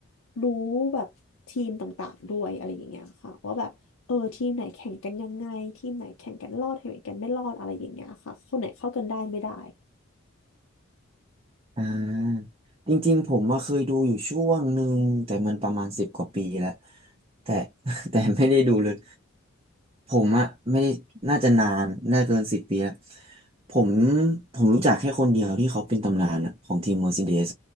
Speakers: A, on the left; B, on the right.
A: รู้แบบทีมต่างๆด้วยอะไรอย่างเงี้ยค่ะว่าแบบเออทีมไหนแข่งกันยังไงทีมไหนแข่งกันรอดทีมไหนกันไม่รอดอะไรอย่างเงี้ยค่ะคนไหนเข้ากันได้ไม่ได้
B: อ่าจริงๆผมมาเคยดูอยู่ช่วงหนึ่งแต่มันประมาณสิบกว่าปีแล้วแต่ <laughs> แต่ไม่ได้ดูเลยผมอะไม่ได้น่าจะนานน่าเกินสิบปีแล้วผมผมรู้จักแค่คนเดียวที่เขาเป็นตำนานอะของทีมเมอร์ซิเดส